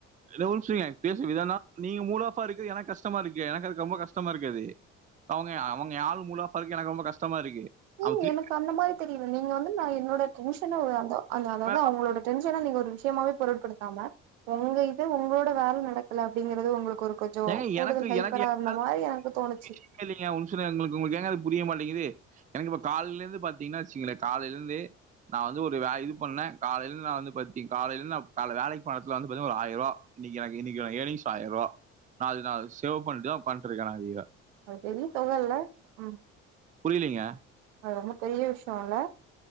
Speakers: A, on the right; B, on the right.
A: இதா ஒரு நிம்ஷோ இருங்க பேசு விதோன்னா நீங்க மூடாஆஃப்பா இருக்கு எனக்கு கஷ் கஷ்டமா இருக்கு எனக்கு அதுக்கு ரொம்போ கஷ்டமா இருக்கு அது அவங்க அவங்க ஏ ஆழ் மூடாஆஃப்பா இருக்கு எனக்கு ரொம்போ கஷ்டமா இருக்கு அவன்
B: ஏய்
A: திருப்பி
B: எனக்கு அந்த மாரி தெரியல நீங்க வந்து நா என்னோட டென்ஷன அதாவது
A: மேல
B: அவங்களோட டென்ஷன நீங்க ஒரு விஷ்யமாவே பொருட்படுத்தாம உங்க இத் து உங்களோட வேல நடக்கல அப்டிங்கிறது உங்களுக்கு ஒரு கொஞ்சோ
A: ஏங்க
B: கூடுதல்
A: எனக்கு
B: ஹைப்பரா
A: எனக்கு எங்க
B: இருந்த
A: வேல
B: மாரி
A: <inaudible>
B: எனக்கு தோணுச்சு
A: இல்லிங்க ஒரு நிம்ஷோ இருங்க உங்களுக்கு உங்களுக்கு ஏங்கா அது புரிய மாட்டேங்குது எனக்கு இப்ப கால்லருந்து பாத்தீங்கன்னா வெச்சுக்குங்ளே காலில இருந்தே நா வந்து ஒரு வே இது பண்ண காலில இருந்து நா வந்து பாத்தீங் காலைல இருந்து காலைல வேலைக்கு போன எடத்துல வந்து பாத்தீங்கன்னா ஒரு ஆயிரூபா இன்னிக்கு எனக்கு இன்னிக்கு ஏனிங்ஸ் ஆயிரூவா நா அது நா சேவ் பண்டுதா உக்காண்டுருக்க நா அதிய
B: அது பெரிய தொகல ம்
A: புரிலிங்க
B: அது ரொம்போ பெரிய விஷ்யோம்ல